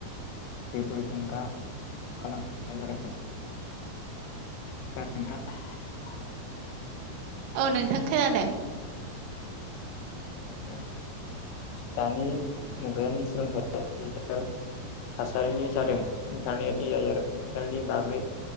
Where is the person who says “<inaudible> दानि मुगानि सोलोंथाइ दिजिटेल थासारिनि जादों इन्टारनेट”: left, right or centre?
Left